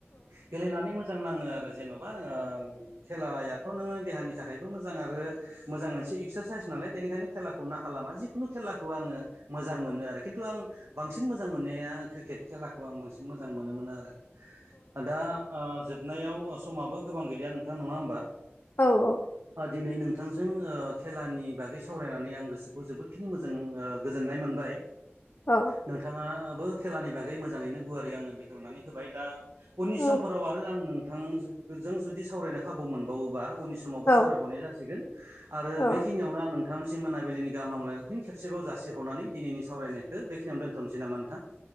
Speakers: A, on the right (about 75°); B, on the left (about 55°).
A: गेलेनानै मोजां। मोजां नाङो आरो जेन'बा खेलायाथ' नोङो देहानि थाखायबो मोजां आरो मोजां मोनसे एसे एक्सारसाइस नालाय बेनिखायनो खेलाखौ ना खालामा जिखुनु खेलाखौ आङो मोजां मोनो आरो खिन्थु आं बांसिन मोजां मोननाया क्रिकेट खेलाखौ आं बांसिन मोजां मोनोमोनो आरो दा जोबनायाव समाबो गोबां गैलिया नोंथां नङा होमबा
B: औ औ
A: दिनै नोंथांजों खेलानि बागै सावरायनानै आं गोसोखौ जोबोदखिनि मोजां गोजोननाय मोनबाय
B: औ
A: नोंथाङाबो। खेलानि बागै मोजाङैनो गुवारै आंनो बेखेवनानै होबाय दा उननि
B: औ
A: समफोराव आरो आं बिथां जों जुदि सावरायनो खाबु मोनबावोबा उ समावबो
B: औ
A: सावरायबावनाय जासिगोन आरो
B: औ
A: बेखिनियावनो आं नों मोनथामसि मोनाबिलिनि गामायखौ फन खबसेबाव जासि हो हरनानै दिनैनि सावरायनायखौ बेखिनियाव दोनथ'नोसै नामा नोंथां